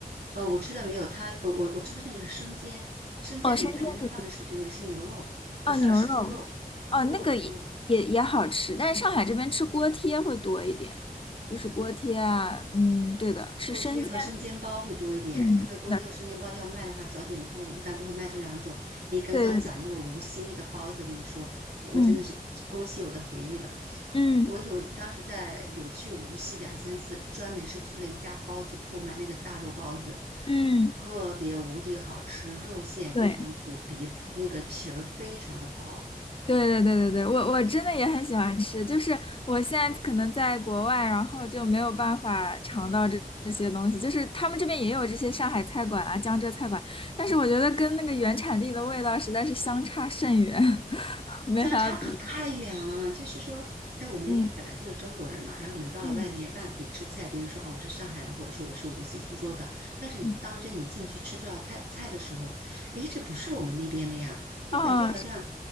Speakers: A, on the right; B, on the left.
A: 呃，我吃的没有它，我我我吃的那个是生煎，生煎里面它里面放的是对是牛肉，
B: 哦，生煎子，
A: 呃是是猪肉，
B: 哦，牛肉，哦，
A: 猪肉嗯
B: 那个也也也好吃，但是上海这边吃锅贴会多一点，就是锅贴啊，嗯，对的，吃生煎。
A: 锅贴和生煎包会多一点。
B: 嗯，
A: 他们锅贴和生煎包要卖的话，
B: 那
A: 早点铺一般都会卖这两种。你刚刚讲那个无锡那个包子，
B: 对对对
A: 我跟你说，我真的是勾起我的回忆了。
B: 嗯嗯
A: 我有当时在有去无锡两三次，专门是去了一家包子铺买那个大肉包子，
B: 嗯，
A: 特别无敌好吃，肉馅非常足，
B: 对
A: 皮那个皮儿非常的薄。
B: 对对对对对，我我真的也很喜欢吃，就是我现在可能在国外，然后就没有办法尝到这这些东西，就是他们这边也有这些上海菜馆啊、江浙菜馆，但是我觉得跟那个原产地的味道实在是相差甚远，<laughs> 没法比。
A: 相差可太远了。就是说，哎，我们因为本来就是中国人嘛，
B: 嗯
A: 然后我们到了外面，
B: 嗯
A: 那你吃菜，别人说哦我是上海的，或者说我是无锡、苏州的，但是你当真你进去吃到菜菜的时候，
B: 嗯，
A: 哎，这不是我们那边的呀，就感觉好像
B: 哦，